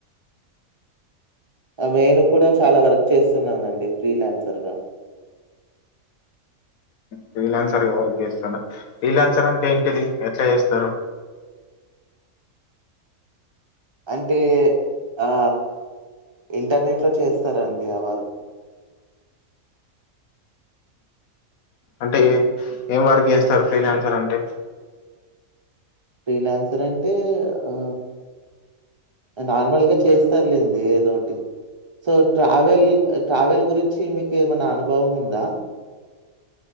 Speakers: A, on the right (about 20°); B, on the left (about 85°).
A: మేను కూడా చాలా వర్క్ చేస్తున్నానండి ఫ్రీ లాన్సర్ గా
B: ఫ్రీలాన్సర్ గా వర్క్ చేస్తున్నారు ఫీలాన్సర్ అంటే ఏంటిది ఎట్లా చేస్తారు
A: అంటే ఆ ఇంటర్నెట్ లో చేస్తారండి ఆ వర్
B: అంటే ఎ ఏం వర్క్ చేస్తారు ఫ్రీలాన్సర్ అంటే
A: ఫ్రీ లాన్సర్ అంటే ఆ నార్మల్గా చేస్తర్లేండి ఏదోటి సో ట్రావెల్ ట్రావెల్ గురించి మీకు ఏమైనా అనుభవం ఉందా